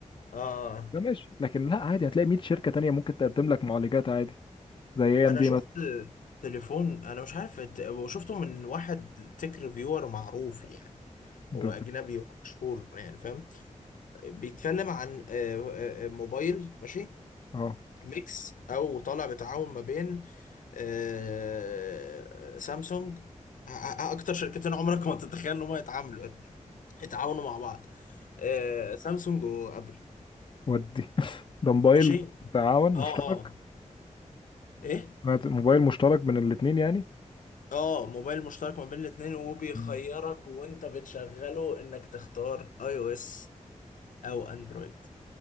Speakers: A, on the left (about 90°); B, on the left (about 40°).
A: اه آه.
B: ده ماشي لكن لا عادي هتلاقي 100 شركه تانيه ممكن تقدم لك معالجات عادي زي اي ام
A: انا
B: دي
A: شفت
B: مثلا
A: تليفون انا مش عارف الت- وشفته من واحد تك ريفيور معروف يعني
B: ده-
A: هو اجنبي ومشهور يعني فاهم بيتكلم عن آه، آه، آه، موبايل ماشي
B: اه
A: ميكس او طالع بتعاون ما بين آه، سامسونج آه، آه، اكتر شركتين عمرك ما تتخيل ان هم يتعاملوا يتعاونوا مع بعض آه، سامسونج وابل
B: ودي <laughs> ده موبايل
A: ماشي
B: تعاون مشترك
A: اه اه ايه
B: سمعت- موبايل مشترك من الاثنين يعني
A: اه موبايل مشترك ما بين الاثنين وبيخيرك
B: مم.
A: وانت بتشغله انك تختار اي او اس او اندرويد